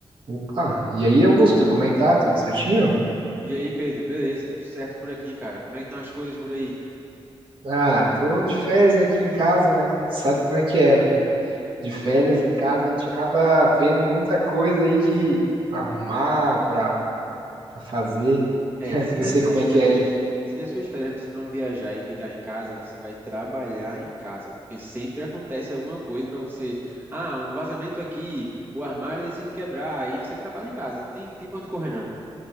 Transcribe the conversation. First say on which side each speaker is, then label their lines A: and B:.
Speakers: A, on the right (about 55°); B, on the right (about 20°).
A: Opa, e aí, Augusto, como é que tá? Tudo certinho?
B: E aí, Pedro, beleza? Tudo certo por aqui, cara? Como é que estão as coisas por aí?
A: Ah, tô de férias aqui em casa, né? Sabe como é que é, né? De férias em casa a gente acaba vendo muita coisa aí que pra arrumar, pra, pra fazer.
B: É,
A: <laughs>
B: se
A: Não
B: nas
A: sei
B: suas
A: como é
B: férias,
A: que é aí.
B: se nas suas férias você não viajar e ficar em casa, você vai trabalhar em casa, porque sempre acontece alguma coisa pra você. Ah, um vazamento aqui, o armário decide quebrar, aí você trabalha em casa, não tem, tem pra onde correr não.